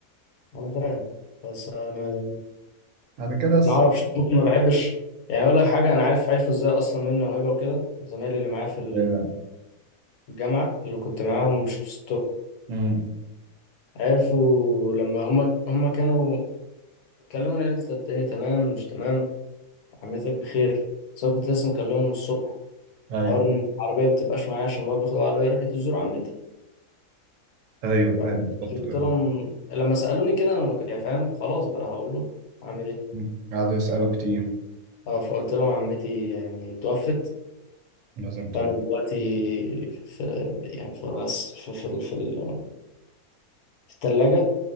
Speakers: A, on the left; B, on the right.
A: انا فاهم بس انا
B: بعد كده
A: ما اعرفش ممكن ما بحبش يعني اقول لك حاجه انا عارف عارف ازاي اصلا منه وهبه وكده زمايلي اللي معايا في
B: دايما
A: الجامعه اللي كنت معاهم ومشيتوا ستوب
B: امم
A: عرفوا لما هم هم كانوا اتكلموا قالت لي الدنيا تمام مش تمام عمتك بخير بس انا كنت لسه مكلمهم الصبح
B: ايوه
A: حوار ان العربيه ما بتبقاش معايا عشان بابا بياخد العربيه يروح يزور عمتي
B: ايوه
A: فقلت
B: فاهم الفترة
A: لهم
B: دي
A: لما سالوني كده انا ما كنت- يعني فاهم خلاص بقى هقول له اعمل ايه
B: مم. قعدوا يسألوا كتير
A: اه فقلت لهم عمتي يعني توفت
B: لازم تروح
A: فانا دلوقتي في يعني في الغس في في ال- في, ال- في الثلاجه